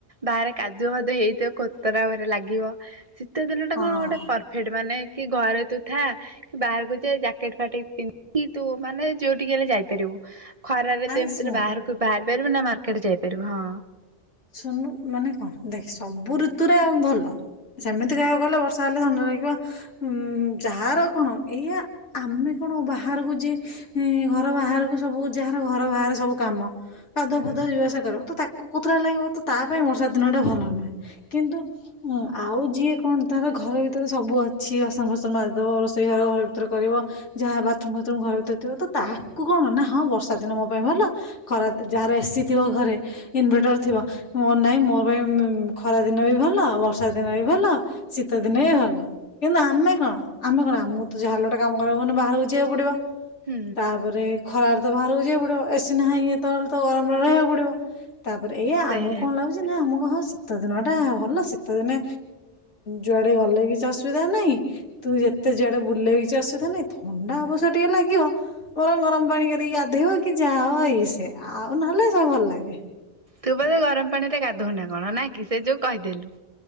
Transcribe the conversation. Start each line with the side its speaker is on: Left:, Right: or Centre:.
Right: ବାହାରେ କାଦୁଅ ଫାଦୁ ହେଇଥିବ କୋତରା ଭାରି ଲାଗିବ ଶୀତ ଦିନ କଣ ଗୋଟେ
Left: ହଁ
Right: ପରଫେକ୍ଟ ମାନେ କି ଘରେ ତୁ ଥା କି ବାହାରକୁ ଯା ଜ୍ୟାକେଟ ଫାଟେ ପିନ୍ଧିକି ତୁ ମାନେ ଯୋଉ ଠିକି ହେଲେ ଯାଇପାରିବୁ। ଖରାରେ
Left: ଆରେ
Right: ତୁ ଏମିତିରେ
Left: ଶୁଣ
Right: ବାହାରକୁ ବାହାରି ପାରିବୁ ନା ମାର୍କେଟ ଯାଇପାରିବୁ ହଁ।
Left: ଶୁନୁ ମାନେ କଣ ଦେଖ ସବୁ ଋତୁରେ ଭଲ ସେମିତି କହିବାକୁ ଗଲେ ବର୍ଷା ହେଲେ ଥଣ୍ଡା ଲାଗିବ ଉ ଯାହାର କଣ ଏଇଆ ଆମେ କଣ ବାହାରକୁ ଯିଏ ଘର ବାହାରକୁ ସବୁ ଯାହାର ଘର ବାହାରେ ସବୁ କାମ କାଦୁଅ
Right: ହୁଁ।
Left: ଫାଦୁଅ ଯିବା ସିଆ କରିବୁ ତ ତାକୁ <unintelligible> କୋତରା ଲାଗିବ ତା ପାଇଁ ବର୍ଷା ଦିନ ଟା ଭଲ ନୁହେଁ କିନ୍ତୁ ଉଁ ଆଉ ଯିଏ କଣ ତାର ଘର ଭିତରେ ସବୁ ଅଛି ବାସନ ଫାସନ ମାଜିଦବ ରୋଷେଇ ଘର ଘର ଭିତରେ କରିବ ଯାହା ବାଥରୁମ୍ ଫାଥରୁମ୍ ଘର ଭିତରେ ଥିବ ତ ତାକୁ କଣ ନା ହଁ ବର୍ଷା ଦିନ ମୋ ପାଇଁ ଭଲ ଖରା ଯାହାର ଏସି ଥିବ ଘରେ ଇନଭେଟର୍ ଥିବ ମୋ ନାଇଁ ମୋ ପାଇଁ ଖରା ଦିନ ବି ଭଲ ବର୍ଷା ଦିନ ବି ଭଲ ଶୀତ ଦିନ ବି ଭଲ କିନ୍ତୁ ଆମେ କଣ ଆମେ କଣ ଆମକୁ ତ ଯାହାଲେ ଗୋଟେ କାମ କରିବାକୁ ପଡିଲେ ତ ବାହାରକୁ ଯିବାକୁ ପଡିବ।
Right: ହୁଁ
Left: ତାପରେ ଖରା ତ ବାହାରକୁ ଯିବାକୁ ପଡ଼ିବ ଏସି ନାହିଁ ଯେତଳେ ତ ଗରମରେ ରହିବାକୁ ପଡ଼ିବ ତାପରେ ପରେ ଏୟା
Right: ସେଇଆ
Left: ଆମକୁ କଣ ଲାଗୁଚିନା ଆମକୁ ହଁ ଶୀତ ଦିନ ଟା ଭଲ ଶୀତ ଦିନେ ଯୁଆଡେ ଗଲେ କିଛି ଅସୁବିଧା ନାହିଁ ତୁ ଯେତେ ଯୁଆଡେ ବୁଲେଇ କିଛି ଅସୁବିଧା ନାହିଁ ଥଣ୍ଡା ଅବଶ୍ୟ ଟିକେ ଲାଗିବ ବରଂ ଗରମ ପାଣି କରିକି ଗାଧେଇବ କି ଯାହା ହ ଇଏ ସେ ଆଉ ନହେଲେ ସବୁ ଭଲ ଲାଗେ।
Right: ତୁ ବୋଧେ ଗରମ ପାଣିରେ ଗାଧଉନା କଣ ନାଇଁ କି ସେ ଯୋଗୁ କହିଦେଲୁ।